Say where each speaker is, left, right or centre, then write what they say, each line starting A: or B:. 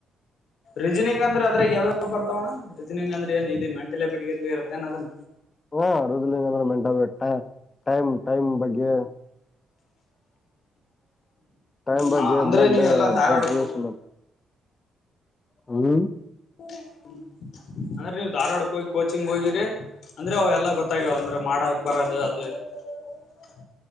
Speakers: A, on the left; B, on the left.
A: ರೀಜನಿಂಗ್ ಅ್ರ ಅದ್ರಾಗ ಯಾವ ಬರ್ತಾವಣ್ಣ ರೀಜನಿಂಗ್ಂದ್ರೆ ಏನ್ ಇ ಮೆಂಟಲ್ಬಿಟಿ ಇ ಇರುತ್ತ ಏನ್ ಅದನ್
B: ಹಾ ರುದ್ರ ಮೆಂಟಟ್ಟ ಟೈಮ್ ಟೈಮ್ ಬಗ್ಗೆ ಟೈಮ್ ಬಗ್ಗೆ
A: ಹ ಅಂದ್ರೆ
B: ಬ್ಲಡ್
A: ನೀವ್ ಎಲ್ಲಾ ಧಾರವಾಡಕ್ಕೂ
B: ಬ್ಲಡ್ ರೊಲಷನ್ ಹ್ಮ್
A: ್ಮ <unintelligible> ಅಂದ್ರೆ ನೀವುಧಾರ್ವಾಡಕ್ಕೆ ಹೋಗಿ ಕೋಚಿಂಗ್ ಹೋಗಿರಿ ಅಂದ್ರೆ ಅವ ಎಲ್ಲ ಗೊತ್ತಾಗ್ಯವ ಅಂದ್ರ ಮಾಡಕ್ ಬರದು ಅದೇ <unintelligible>